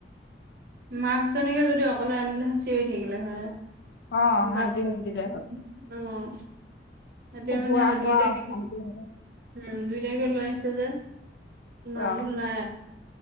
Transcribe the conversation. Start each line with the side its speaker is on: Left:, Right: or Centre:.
Right: মাক জনীকে যদি অকলে আনিলে হৈ চিঞৰি থাকিলে হয়।
Left: অ শান্তি
Right: বা পোৱালি
Left: নিদিলে
Right: দুজনী।
Left: হ'ল
Right: অহ। এতিয়া
Left: হোৱা
Right: মানে দুইটাকে
Left: কৰা অশান্তি হয়
Right: উম দুইটাকে লৈ আহিছে যে, মাতবল
Left: অ
Right: নাই।